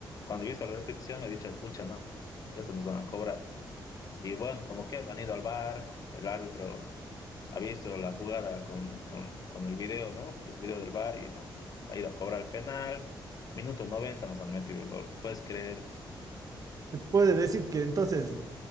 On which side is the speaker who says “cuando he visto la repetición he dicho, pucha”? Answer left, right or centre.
Left